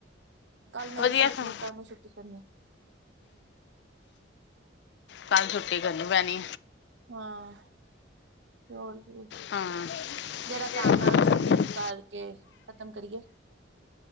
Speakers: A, on the right; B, on the left.
A: ਕੱਲ ਮੇਰੀ
B: ਵਦੀਆ
A: ਛੁੱਟੀ
B: <unintelligible> ਹੂੰ,
A: ਕੱਲ ਮੈਂ ਛੁੱਟੀ ਕਰਨੀ
B: ਕੱਲ ਛੁੱਟੀ ਕਰਨੀ ਪੈਣੀ।
A: ਹਾਂ। ਤੇ ਹੋਰ ਕੀਦੀ।
B: ਹਾਂ।
A: ਜੇੜਾ
B: ਤੇਰਾ
A: ਕੰਮ
B: ਨਾਮ
A: ਐ
B: ਦਾ
A: ਓ ਛੱਡੀ
B: ਸੰਗੀਤ
A: ਕਰਕੇ ਖਤਮ ਕਰੀਏ।